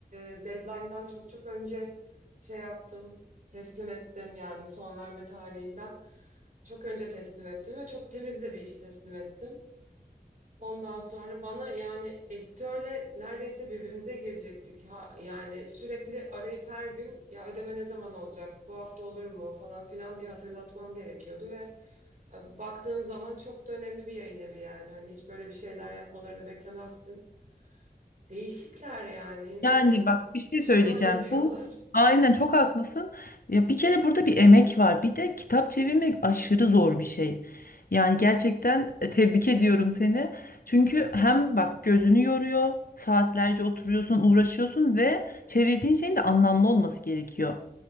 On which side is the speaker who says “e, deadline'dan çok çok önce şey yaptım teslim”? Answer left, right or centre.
Right